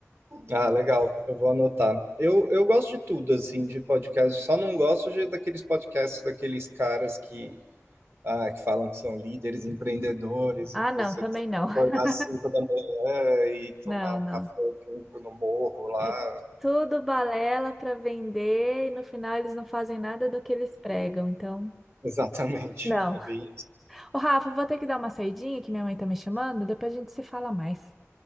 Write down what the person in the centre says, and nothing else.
Ah,
não,
também
não. <laughs>
Não,
não.
É tudo balela para vender e no final eles não fazem nada do que eles pregam, então.
Não.
Ô, Rafa, vou ter que dar uma saidinha que minha mãe tá me chamando, depois a gente se fala mais,